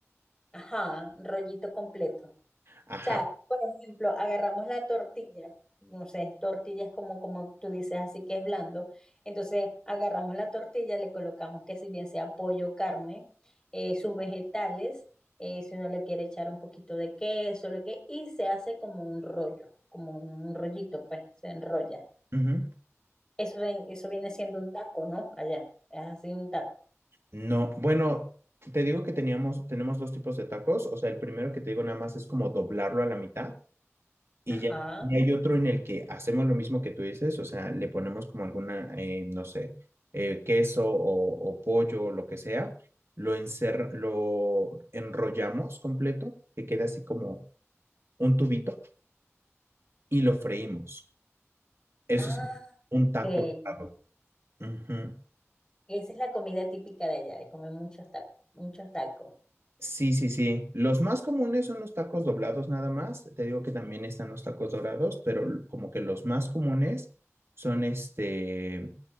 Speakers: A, on the left (about 15°); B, on the right (about 55°).
A: Ajá, rollito completo. O
B: Ajá.
A: sea, por ejemplo, agarramos la tortilla, no sé, tortillas como, como tú dices, así que es blando. Entonces, agarramos la tortilla, le colocamos que si bien sea pollo, carne, eh, sus vegetales, eh, si uno le quiere echar un poquito de queso, lo que, y se hace como un rollo, como un rollito, pues, se enrolla.
B: ujú.
A: Eso, ven- eso viene siendo un taco, ¿no? Allá, es así un taco.
B: No, bueno, te digo que teníamos, tenemos dos tipos de tacos. O sea, el primero que te digo nada más es como doblarlo a la mitad. Y
A: Ajá.
B: ya, y hay otro en el que hacemos lo mismo que tú dices. O sea, le ponemos como alguna, eh, no sé, eh, queso o, o pollo o lo que sea. Lo, encer- lo enrollamos completo, que queda así como un tubito, y lo freímos. Eso
A: Ah,
B: es un taco
A: ok.
B: dorado. Ujú.
A: Esa es la comida típica de allá, de comer muchos tacos, muchos tacos.
B: Sí, sí, sí. Los más comunes son los tacos doblados nada más. Te digo que también están los tacos dorados, pero l- como que los más comunes son este,